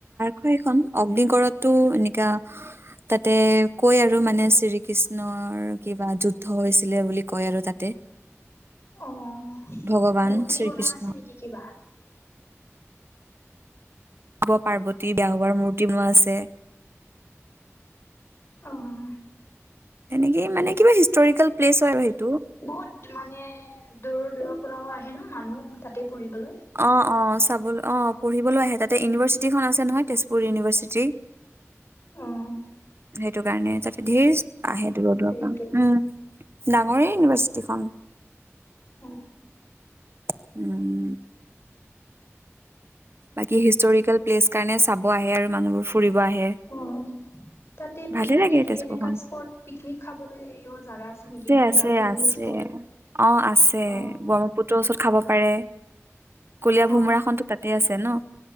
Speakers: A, on the right; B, on the left.
A: কেইখন, অগ্নিগড়তটো এনেকা তাতে কয় আৰু মানে শ্ৰীকৃষ্ণৰ কিবা যুদ্ধ হৈছিলে বুলি, কয় আৰু তাতে।
B: অ',
A: ভগৱান
B: মূৰ্তি
A: শ্ৰীকৃষ্ণ
B: বনোৱা আছে কিবা?
A: শিৱ-পাৰ্বতী <unintelligible> মূৰ্তি বনোৱা আছে।
B: উম।
A: এনেকেই মানে কিবা হিষ্টৰিকেল প্লেচ হয়, আৰু সেইটো।
B: বহুত মানে দূৰৰ, দূৰৰ পৰাও আহে ন' মানুহ তাতে ফুৰিবলৈ?
A: অ', অ', চাবলৈ অ', পঢ়িবলৈ আহে তাতে ইউনিভাৰ্চিটি এখন আছে নহয়, তেজপুৰ ইউনিভাৰ্চিটি।
B: উম।
A: সেইটো কাৰণে, তাতে ঢেৰ ষ্ট আহে দূৰ দূৰৰ
B: এইটো
A: পা। উম, ডাঙৰেই ইউনিভাৰ্চিটিখন।
B: উম।
A: <inaudible> বাকী হিষ্টৰিকেল প্লেচ কাৰণে, চাব আহে আৰু মানুহবোৰ ফুৰিব আহে।
B: অ'। তাতে
A: ভালে
B: পিকনিক
A: লাগে তেজপুৰখন
B: এনেকা স্পট, পিকনিক খাবলৈও জাগা আছে নেকি, এনেকা
A: আছে
B: পিকনিক
A: আছে
B: স্পট?
A: অ', আছে।
B: অ',
A: ব্ৰহ্মপুত্ৰৰ ওচৰত খাব পাৰে। কলিয়া
B: অ',
A: ভোমোৰা খনতো তাতে আছে ন'